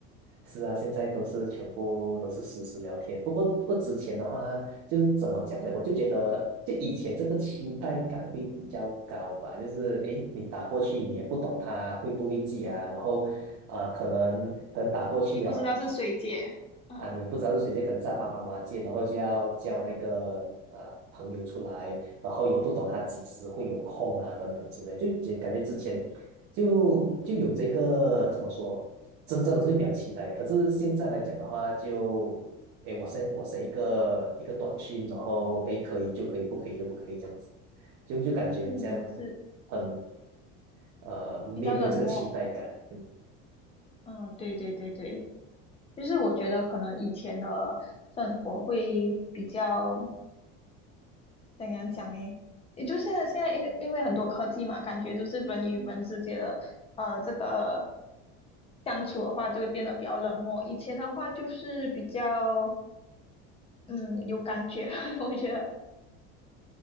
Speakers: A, on the right; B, on the left.
A: 是啊，现在都是全部都是实时聊天。不过，不过之前的话，就怎么讲呢？我就觉得，就以前这个期待感会比较高吧。就是，诶，你打过去，你也不懂他会不会记啊。然后，啊、可能可能打过去啊，
B: 你不知道是谁接啊？
A: 啊，你不知道是谁借，可能是他爸爸妈妈借，然后就要叫那个呃朋友出来，然后也不懂他几时会有空啊，等等之类，就觉感觉之前就就有这个怎么说，真正的是会比较期待，可是现在来讲的话就，诶，我 s 我 s 一个一个短信，然后诶可以就可以，不可以就不可以这样子，就就感觉很像很
B: 嗯，是
A: 呃没有没有这个期待感，
B: 比较冷漠。啊，对对对对，就是我觉得可能以前的生活会比较。怎样讲诶？也就现在现在因因为很多科技嘛，感觉就是人与人之间的呃这个相处的话，就会变得比较冷漠。以前的话就是比较嗯有感觉，<laughs> 我觉得